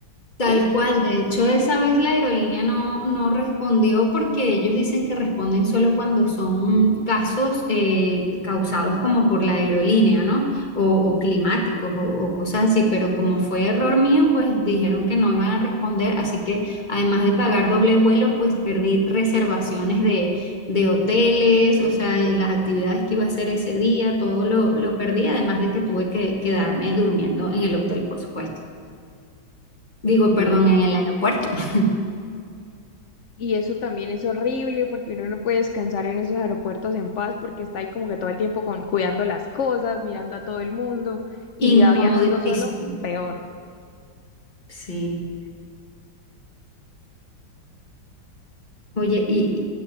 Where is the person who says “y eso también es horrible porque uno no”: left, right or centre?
Left